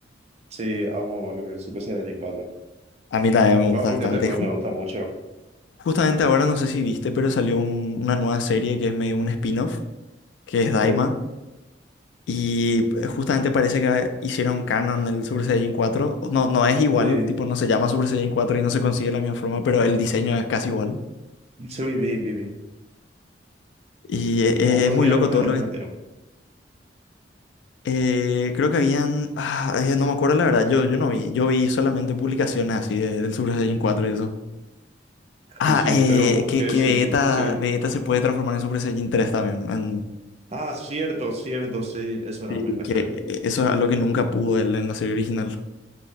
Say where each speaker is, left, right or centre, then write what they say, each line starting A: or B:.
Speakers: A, on the right; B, on the left.
A: Sí, amo lo que es el Super Saiyajin 4.
B: A mí también me
A: Dragon
B: gusta
A: Ball
B: bastante.
A: GT no
B: Ju-
A: me gusta mucho.
B: justamente ahora no sé si viste, pero salió un- una nueva serie que es medio un spin-off, que es Daima.
A: Sí,
B: Y eh, justamente parece que hicieron canon el Super Saiyajin 4. No, no es igual,
A: sí.
B: tipo, no se llama Super Saiyajin 4 y no se consigue de la misma forma, pero el diseño es casi igual.
A: Sí, viví, viví.
B: Y eh,
A: No
B: eh,
A: me acuerdo
B: es muy
A: que era
B: loco
A: más
B: todo
A: era
B: lo
A: que
B: que...
A: metieron.
B: eh, creo que habían... ah, eh, no me acuerdo la verdad, yo, yo no vi. Yo vi solamente publicaciones así de- del Super Saiyajin 4 y eso. Ah,
A: Sí, sí
B: eh,
A: pero vos
B: que,
A: que
B: que
A: sí,
B: Vegeta,
A: sí.
B: Vegeta se puede transformar en Super Saiyajin 3 también. en-
A: Ah, cierto, cierto, sí, eso era
B: Sí.
A: muy
B: que
A: chévere.
B: eh, eh, eso es algo que nunca pudo él en la serie original.